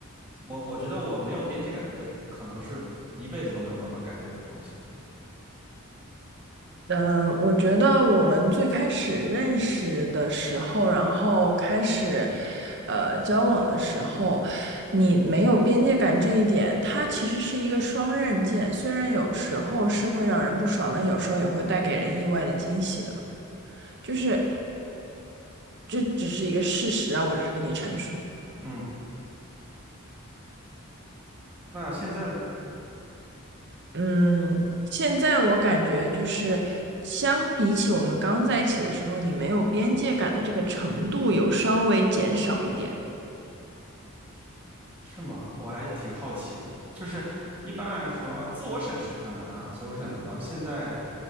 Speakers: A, on the right; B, on the right.
A: 我我觉得我没有边界感，这个可能是一辈子都没有办法改变的东西。
B: 嗯，我觉得我们最开始认识的时候，然后开始，呃，交往的时候，你没有边界感这一点，它其实是一个双刃剑，虽然有时候是会让人不爽，但有时候也会带给人意外的惊喜的。就是这只是一个事实啊，我只是跟你陈述。
A: 嗯，那现在呢？
B: 嗯，现在我感觉就是相比起我们刚在一起的时候，你没有边界感的这个程度有稍微减少一点。
A: 是吗？我还挺好奇的，就是一般来说，自我审视比较难啊，所以我想知道现在